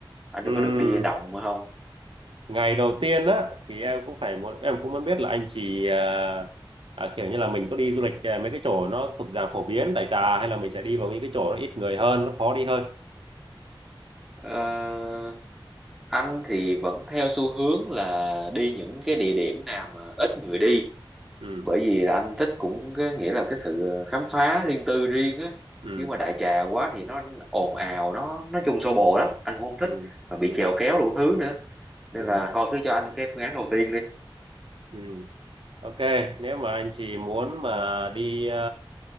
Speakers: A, in the centre; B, on the right.
A: anh
B: Ừ,
A: có được đi động không
B: ngày đầu tiên á thì em cũng phải muốn em cũng muốn biết là anh chị à, à, kiểu như là mình có đi du lịch à, mấy cái chỗ nó thuộc dạng phổ biến đại trà hay là mình sẽ đi vào những cái chỗ nó ít người hơn, nó khó đi hơn.
A: Ờ, anh thì vẫn theo xu hướng là đi những cái địa điểm nào mà ít người đi
B: Ừ,
A: bởi vì là anh thích cũng cái nghĩa là cái sự ờ, khám phá riêng tư riêng á
B: ừ,
A: chứ mà đại trà quá thì nó ồn ào nó nói chung xô bồ lắm anh cũng không thích
B: ừ,
A: và bị
B: ừ,
A: chèo kéo đủ thứ nữa nên
B: ừ,
A: là thôi cứ cho anh cái phương án đầu tiên đi
B: ừ. Ok, nếu mà anh chị muốn mà đi à,